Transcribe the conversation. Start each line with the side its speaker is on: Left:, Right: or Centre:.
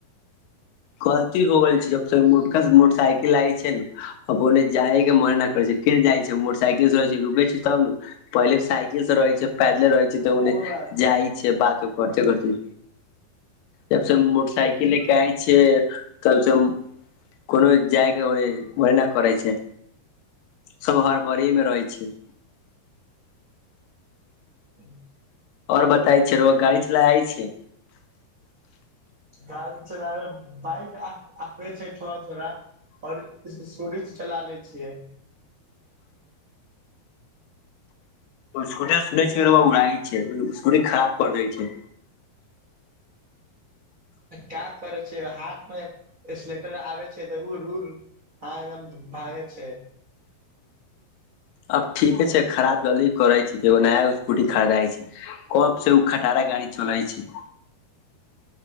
Left: गलती हो गेल छै जब सऽ मोटका मोटर साइकिल आय छै ने आ ओने जाइके मन नहि करै छै के जाइ छै मोटरसाइकिल स छै रुकै छै तब नऽ पहिले साइकिल से रहै छै पैदले रहै छै कतऽ ओने
Right: ओ बात हइ
Left: जाइ छै बात कोरते करते जब से मोटरसाइकिल लेके आइ छिय तब सऽ कोनो जाइके अहि ओहिना करै छै सब हरबरि में रहै छैय
Right: <unintelligible>
Left: ओर बताय छै रौआ गाड़ी चलाय आबे छै
Right: गाड़ी चलाबे बाइक अ-आे छै थोड़ा थोड़ा ओर स्-स्कुटी चला ले छियै
Left: स्कुटर सुनै छै राऊआ उडाई छै स्कुटी खराब कअ दै छै
Right: का करै छै हाथमे स्लेटर आबय छै तऽ ओ उइर उइर हँ एकदम भागय छै
Left: अब ठीके छै खराब लेल करै छै एगो नया स्कूटी खरदाइ छै कोब सऽ ओ खटारा गाड़ी चलै छै